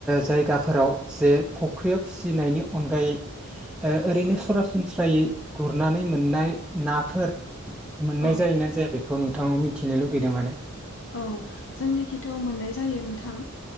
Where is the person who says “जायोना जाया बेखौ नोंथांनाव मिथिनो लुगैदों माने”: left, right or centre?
Centre